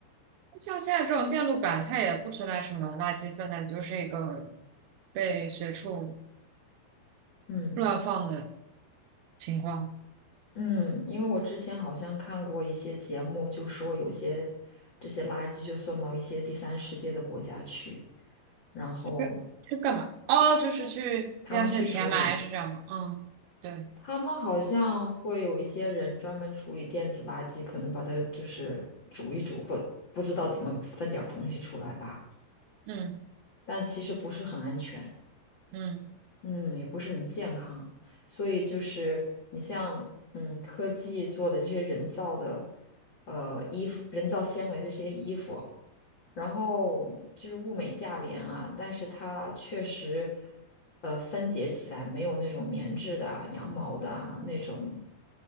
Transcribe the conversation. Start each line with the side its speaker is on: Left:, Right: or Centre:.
Right: 像现在这种电路板，它也不存在什么垃圾分类，就是一个被随处
Left: 嗯
Right: 乱放的情况。
Left: 嗯，因为我之前好像看过一些节目，就说有些这些垃圾就送到一些第三世界的国家去，然后
Right: 去去干嘛？哦，就是去现在是填埋是这样吗？
Left: 他们去处理。
Right: 嗯，对，
Left: 他们好像会有一些人专门处理电子垃圾，可能把它就是煮一煮，或不知道怎么分点儿东西出来吧。
Right: 嗯
Left: 但其实不是很安全，
Right: 嗯。
Left: 嗯，也不是很健康。所以就是你像，嗯，科技做的这些人造的，呃，衣服，人造纤维的这些衣服，然后就是物美价廉啊，但是它确实，呃，分解起来没有那种棉质的啊、羊毛的啊那种